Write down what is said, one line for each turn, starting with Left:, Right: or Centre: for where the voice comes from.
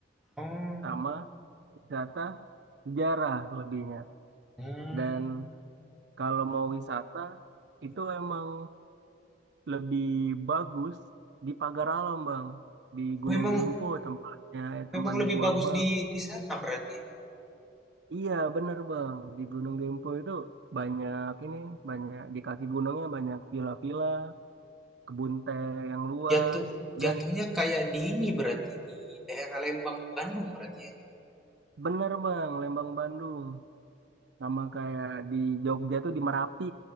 Centre: oh
Right: sama wisata sejarah lebihnya.
Centre: hmm.
Right: Dan kalau mau wisata itu emang lebih bagus di Pagar Alam, Bang. Di Gunung
Centre: memang
Right: Dempo tempatnya
Centre: memang
Right: teman
Centre: lebih
Right: ibu
Centre: bagus
Right: Abang.
Centre: di di sana berarti
Right: Iya, bener Bang. Di Gunung Dempo itu banyak ini, banyak di kaki gunungnya banyak villa-villa, kebun teh yang luas
Centre: jatuh jatuhnya
Right: dan
Centre: kayak di ini berarti di daerah Lembang Bandung berarti ya
Right: bener Bang, Lembang Bandung sama kayak di Jogja tuh di Merapi